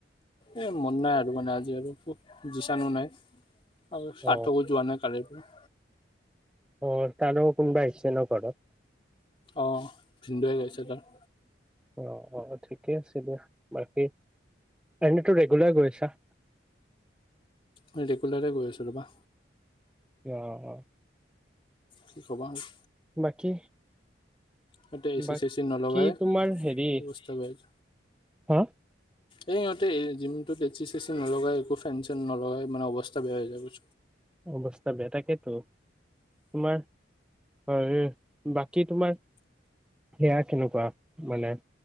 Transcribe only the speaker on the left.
এ মন নাই আৰু মানে আজি আৰু খুব যিচাণো নাই। আৰু সাৰ্থকো
যোৱা নাই কালি পৰা।
অ ভিন্দুৱে আহিছে তাৰ।
মই ৰেগুলাৰে গৈ আছোঁ ৰ'বা।
কি কবা আৰু।
ইয়াতে এচি
চেচি নলগাই
অৱস্থা বেয়া
এই সিহঁতে এই জিম টোত এ চি চেচি নলগাই, একো ফেন চেন নলগাই মানে অৱস্থা বেয়া হৈ যায় গৈ।